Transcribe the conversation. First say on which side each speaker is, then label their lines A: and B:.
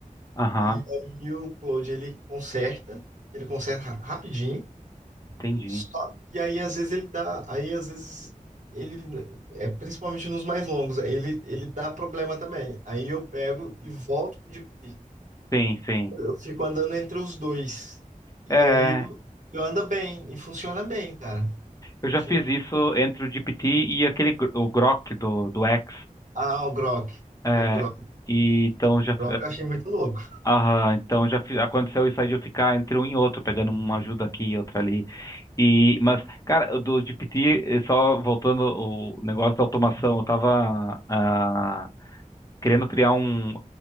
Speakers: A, on the left; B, on the right.
A: Aham,
B: e aí o Cloud ele conserta, ele conserta rapidinho,
A: entendi.
B: Só que aí às vezes ele dá, aí às vezes ele é principalmente nos mais longos, ele ele dá problema também. Aí eu pego e volto de pique.
A: Sim, sim.
B: Eu fico andando entre os dois. E
A: É,
B: aí eu, eu ando bem e funciona bem, cara.
A: eu já
B: Funciona.
A: fiz isso entre o GPT e aquele gr- o Grok do, do X.
B: Ah, o Grok.
A: É,
B: Eu Grok,
A: e então já,
B: Grok eu achei muito louco.
A: Aham, então já fi- aconteceu isso aí de eu ficar entre um e outro, pegando uma ajuda aqui e outra ali. E, mas, cara, o do GPT, eh, só voltando o negócio da automação, eu tava, ah, querendo criar um.